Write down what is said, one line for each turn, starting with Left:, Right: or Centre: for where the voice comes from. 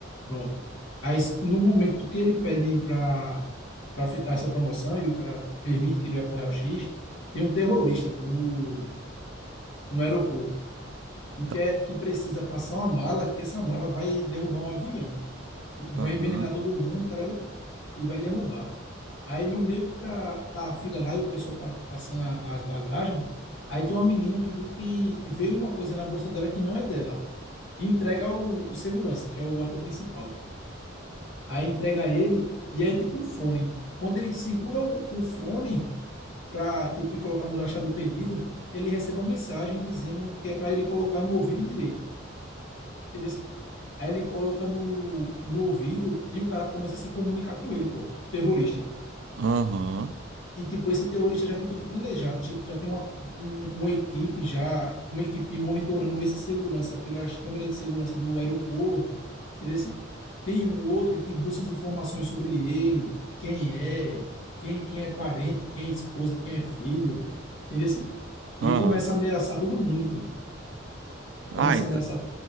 Left: Pronto. Aí no momento que ele pede para essa promoção e o cara permite que ele vá pro raio-x, tem um terrorista pô, no, no aeroporto que
Right: Então,
Left: quer que precisa passar uma mala, que essa mala vai derrubar um avião. Tipo,
Right: aham,
Left: vai envenenar todo mundo, tá ligado? E vai derrubar. Aí no meio que tá, tá a fila lá e o pessoal pa- passando a- as bagagens, aí tem uma menina que diz que veio uma coisa na bolsa dela que não é dela. E entrega o, o segurança, que é o ator principal. Aí entrega ele e é tipo um fone. Quando ele segura o, o fone para tipo, colocar no achado de perdido, ele recebe uma mensagem dizendo que é para ele colocar no ouvido direito. Entendeu? Aí ele coloca no, no ouvido e o cara começa a se comunicar com ele, pô, terrorista.
Right: aham,
Left: E, tipo, esse terrorista já tem tudo planejado, tipo, já tem uma, um- uma equipe já, uma equipe monitorando esse segurança pelas câmeras de segurança do aeroporto, entendeu? Tem um outro que busca as informações sobre ele, quem é, quem, quem é parente, quem é esposa, quem é filho, entendeu?
Right: aham.
Left: E começa a ameaçar todo mundo, pô. Começa
Right: Ah, então,
Left: a ameaçar.